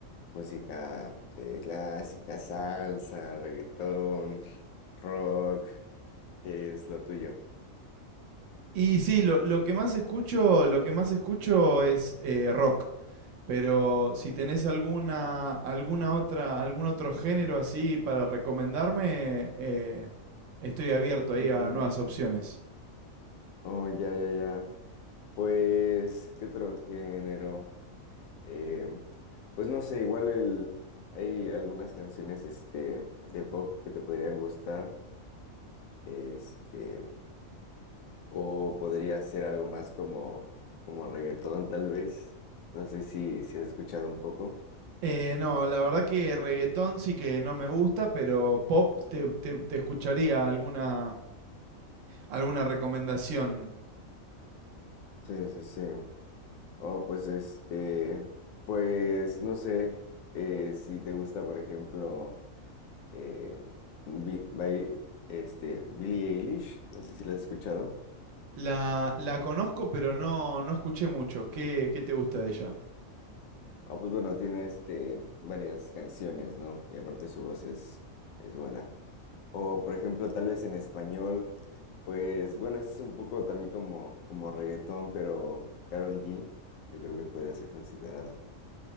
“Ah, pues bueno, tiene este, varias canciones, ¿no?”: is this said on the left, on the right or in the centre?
Left